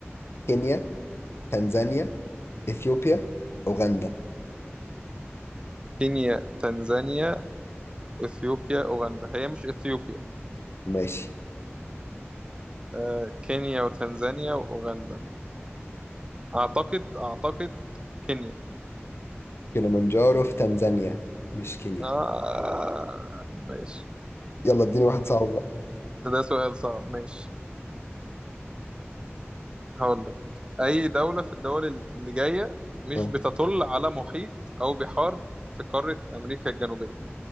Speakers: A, on the left; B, on the right.
A: كينيا، تنزانيا، إثيوبيا، أوغندا
B: كينيا تنزانيا اثيوبيا اوغندا هي مش اثيوبيا
A: ماشي
B: آه كينيا وتنزانيا واوغندا اعتقد اعتقد كينيا
A: كليمنجارو في تنزانيا مش كينيا
B: آه ماشي
A: يلا اديني واحد صعب بقى
B: ده سؤال صعب ماشي هقول لك اي دولة في الدول اللي جاية مش
A: آه.
B: بتطل على محيط او بحار في قارة امريكا الجنوبية